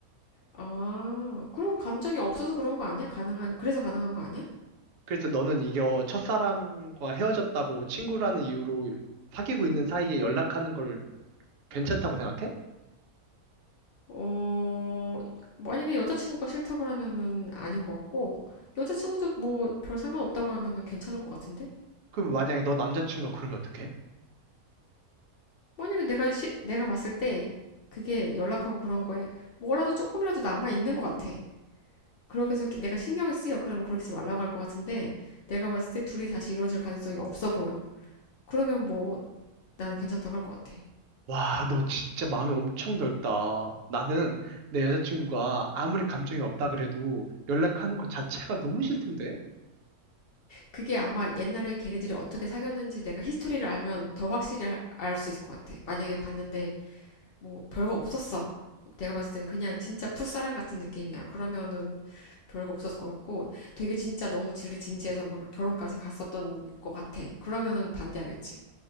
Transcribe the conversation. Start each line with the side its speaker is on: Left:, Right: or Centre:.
Left: 아, 그럼 감정이 없어서 그런 거 아니야? 가능한, 그래서 가능한 거 아니야?
Right: 그래서 너는 이겨 첫사랑과 헤어졌다고 친구라는 이유로 사귀고 있는 사이에 연락하는 걸 괜찮다고 생각해?
Left: 어, 만약에 여자친구가 싫다 그러면은 아닌 것 같고, 여자친구도 뭐 별 상관없다고 하면은 괜찮을 것 같은데?
Right: 그럼 만약에 너 남자친구가 그러면 어떡해?
Left: 만약에 내가, 시, 내가 봤을 때, 그게 연락하고 그런 거에 뭐라도 조금이라도 남아 있는 것 같아. 그렇게 해서 기- 내가 신경을 쓰여. 그러면 그렇게 하지 말라고 할 것 같은데 내가 봤을 때 둘이 다시 이루어질 가능성이 없어 보여. 그러면 뭐 나는 괜찮다고 할 것 같아.
Right: 와, 너 진짜 마음이 엄청 넓다. 나는 내 여자친구가 아무리 감정이 없다 그래도 연락하는 것 자체가 너무 싫던데?
Left: 그게 아마 옛날에 걔네들이 어떻게 사귀었는지 내가 히스토리를 알면 더 확실히 알 수 있을 것 같아. 만약에 봤는데 뭐 별거 없었어. 내가 봤을 때는 그냥 진짜 풋사랑 같은 느낌이야. 그러면은 별거 없었을 것 같고 되게 진짜 너무 둘이 진지해서 막 결혼까지 갔었던 것 같아. 그러면은 반대하겠지.